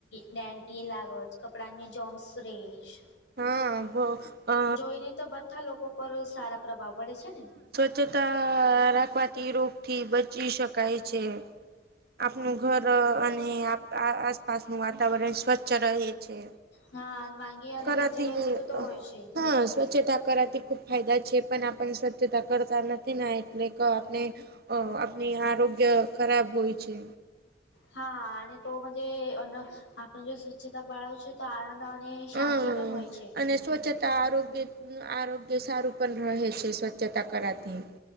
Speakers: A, on the left; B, on the right.
A: ડેન્ડ એ લાગત કપડાને જોમ્સ રેય
B: હા અ
A: જોઈને તો બધા લોકો પર સારા પ્રભાવ પડે છે, ને
B: ચતા રાખવાથી રોગથી બચી શકાય છે. આપનું ઘર અને આ આસપાસનું વાતાવરણ સ્વચ્છ રહે છે.
A: હા માંગી અને
B: રાતી
A: તો જીવન ઋતુ તો હોય છે
B: હા સ્વચ્છતા કરાતી ખૂબ ફાયદા છે, પણ આપણ સ્વચ્છતા કરતા નથી ને એટલે ક આપને અ આપની આરોગ્ય ખરાબ હોય છે.
A: હા અને તો મજ આપણે જો સ્વચ્છતા પાળવ છે. તો આનંદ અને શાંતિ
B: હમ
A: પણ હોય છે.
B: અને સ્વચ્છતા આરોગ્ય આરોગ્ય સારું પણ રહેે છે, સ્વચ્છતા કરાથી